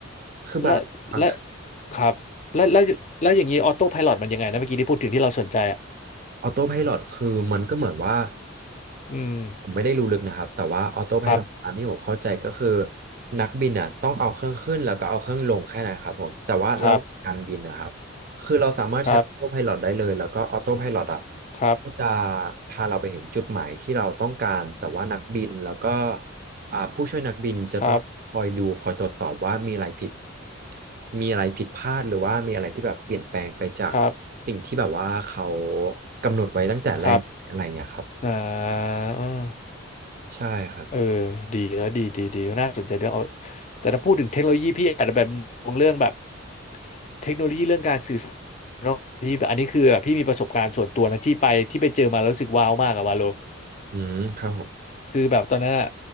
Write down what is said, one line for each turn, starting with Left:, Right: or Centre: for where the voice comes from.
Right: คือบางบาง
Left: และและครับแล้วแล้วแล้วอย่างนี้ออโต้ไพลอตมันยังไงนะเมื่อกี้ที่พูดถึงที่เราสนใจอ่ะ
Right: ออโต้ไพลอตคือมันก็เหมือนว่า
Left: อืม
Right: ผมไม่ได้รู้ลึกนะครับแต่ว่าออโต้ไพลอตตามที่ผมเข้าใจก็คือ
Left: ครับ
Right: นักบินอ่ะต้องเอาเครื่องขึ้นแล้วก็เอาเครื่องลงแค่นั้นครับผมแต่ว่าระหว่างการบินนะครับ
Left: ครับ
Right: คือเราสามารถใช้ออโต้ไพลอตได้เลยแล้วก็ออโต้ไพลอตอ่ะ
Left: ครับครับ
Right: ก็จะพาเราไปถึงจุดหมายที่เราต้องการแต่ว่านักบินแล้วก็อ่าผู้ช่วยนักบินจะต้องคอยดูคอยตรวจสอบว่ามีอะไรผิด
Left: ครับ
Right: มีอะไรผิดพลาดหรือว่ามีอะไรที่แบบเปลี่ยนแปลงไปจาก
Left: ครับ
Right: สิ่งที่แบบว่าเขากำหนดไว้ตั้งแต่แรกอะไรเงี้ยครับ
Left: ครับอ่า
Right: ใช่ครับ
Left: เออดีแล้วดีดีดีน่าสนใจเรื่องเอาแต่ถ้าพูดถึงเทคโนโลยีพี่อาจจะแบบมองเรื่องแบบเทคโนโลยีเรื่องการสื่อสารเนอะพี่แบบอันนี้คือแบบพี่มีประสบการณ์ส่วนตัวนะที่ไปที่ไปเจอมาแล้วรู้สึกว้าวมากอะวาโล
Right: อืมครับผม
Left: คือแบบตอนนั้นอะ